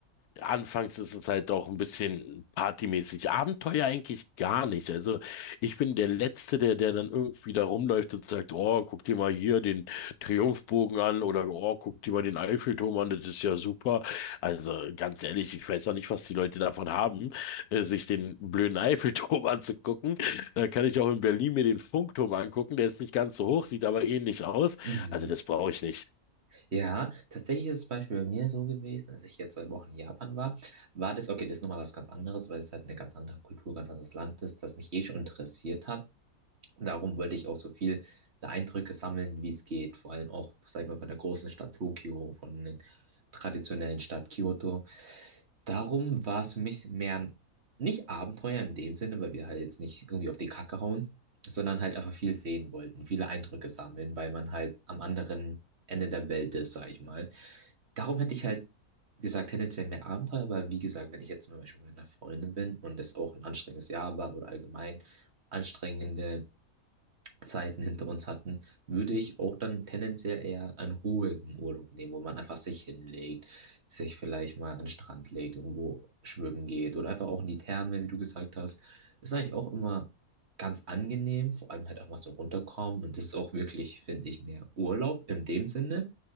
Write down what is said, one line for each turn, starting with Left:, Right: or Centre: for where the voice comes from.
Left: Anfangs ist es halt auch ein bisschen partymäßig. Abenteuer eigentlich gar nicht. Also ich bin der Letzte, der, der dann irgendwie da rumläuft und sagt, oh, guck dir mal hier den Triumphbogen an oder oh, guck dir mal den Eiffelturm an, das ist ja super. Also ganz ehrlich, ich weiß auch nicht, was die Leute davon haben, äh, sich den blöden Eiffelturm <laughs> anzugucken. Da kann ich auch in Berlin mir den Funkturm angucken. Der ist nicht ganz so hoch, sieht aber ähnlich aus.
Right: Mhm.
Left: Also das brauche ich nicht.
Right: Ja, tatsächlich ist es Beispiel bei mir so gewesen, als ich jetzt zwei Wochen in Japan war, war das, okay, das ist nochmal was ganz anderes, weil es halt eine ganz andere Kultur, ganz anderes Land ist, das mich eh schon interessiert hat. Und darum wollte ich auch so viele Eindrücke sammeln, wie es geht. Vor allem auch, sag ich mal, von der großen Stadt Tokio, von der traditionellen Stadt Kyoto. Darum war es für mich mehr ein, nicht Abenteuer in dem Sinne, weil wir halt jetzt nicht irgendwie auf die Kacke hauen, sondern halt einfach viel sehen wollten, viele Eindrücke sammeln, weil man halt am anderen Ende der Welt ist, sag ich mal. Darum hätte ich halt gesagt, tendenziell mehr Abenteuer, aber wie gesagt, wenn ich jetzt zum Beispiel mit einer Freundin bin und es auch ein anstrengendes Jahr war oder allgemein anstrengende Zeiten hinter uns hatten, würde ich auch dann tendenziell eher einen ruhigen Urlaub nehmen, wo man einfach sich hinlegt, sich vielleicht mal an den Strand legt, irgendwo schwimmen geht oder einfach auch in die Therme, wie du gesagt hast. Ist eigentlich auch immer ganz angenehm, vor allem halt auch mal so runterkommen und das ist auch wirklich, finde ich, mehr Urlaub in dem Sinne.